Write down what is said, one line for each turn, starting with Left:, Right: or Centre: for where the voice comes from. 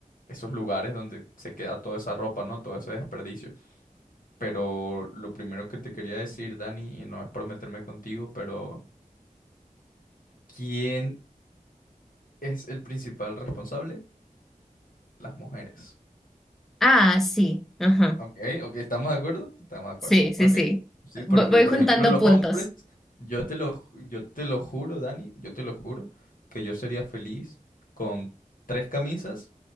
Left: esos lugares donde se queda toda esa ropa, ¿no? Todo ese desperdicio. Pero lo primero que te quería decir, Dani, y no es por meterme contigo, pero ¿quién es el principal responsable? Las mujeres.
Centre: Ah, sí. Ajá.
Left: Ok, ok, ¿estamos de acuerdo? Estamos de acuerdo.
Centre: Sí, sí,
Left: Ok.
Centre: sí.
Left: Sí, porque
Centre: Voy, voy
Left: por
Centre: juntando
Left: ejemplo los
Centre: puntos.
Left: hombres, yo te lo, ju- yo te lo juro, Dani, yo te lo juro, que yo sería feliz con tres camisas,